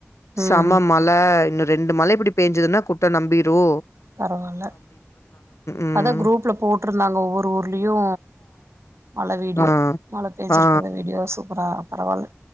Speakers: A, on the right (about 70°); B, on the left (about 85°).
A: ம்
B: சம மழ இல்ல இன்னு ரெண்டு மழ இப்புடி பேயஞ்சதுன்னா குட்ட நம்பீரு
A: பரவால்ல
B: ம்
A: அத்தா குரூப்ல போட்ருந்தாங்க ஒவ்வொரு ஊர்லியு மழ வீடியோ
B: ஆ
A: மழ பேஞ்சுருக்கறத
B: ஆ
A: வீடியோ சூப்பரா பரவால்ல